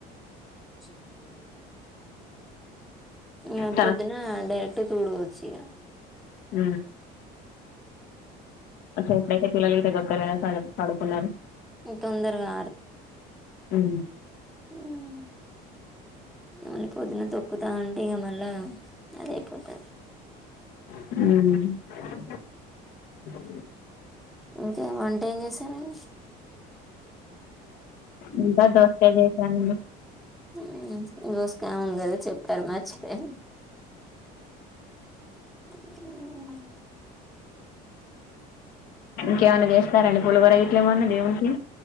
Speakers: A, in the centre; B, on the left.
A: అంటే ఆ
B: తల
A: పొద్దున డైరెక్ట్ చూడుకోవచ్చు చ్చగా
B: మ్మ్ ఎట్లయితే పిల్లల ఇతే దగక్కరదడ పడుకున్నారు
A: తొందరగా
B: మ్మ్
A: మ్మ్ మళీ పొద్దున తొక్కుతా అంటే ఇక మళ్ళా అద అయిపోతది
B: అవు
A: ఇంకే వంటే ఏం చేస్ తమన్స్
B: ఇంకా దోస్తే చేశానండి
A: మ్మ్ దోస్క కదా చెప్పారు మర్చిపోయిన మ్మ్
B: ఇంకేమైనా చేస్తారండి పులిహోర గిట్ల ఏమన్నా దేవునికి